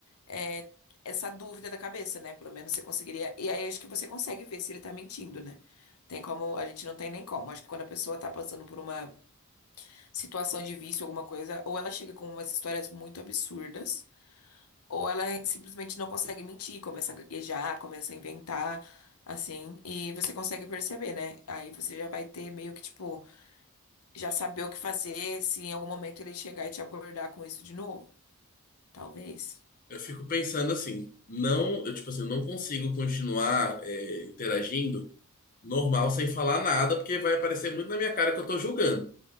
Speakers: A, on the left; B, on the left.
A: é, essa dúvida da cabeça, né? Pelo menos você conseguiria. E aí acho que você consegue ver se ele tá mentindo, né? Tem como. A gente não tem nem como. Acho que quando a pessoa tá passando por uma situação de vício, alguma coisa, ou ela chega com umas histórias muito absurdas, ou ela simplesmente não consegue mentir, começa a gaguejar, começa a inventar. Assim, e você consegue perceber, né? Aí você já vai ter meio que, tipo, já saber o que fazer se em algum momento ele chegar e te abordar com isso de novo. Talvez.
B: Eu fico pensando assim, não, eu, tipo assim, eu não consigo continuar, é, interagindo. normal, sem falar nada, porque vai aparecer muito na minha cara que eu tô julgando.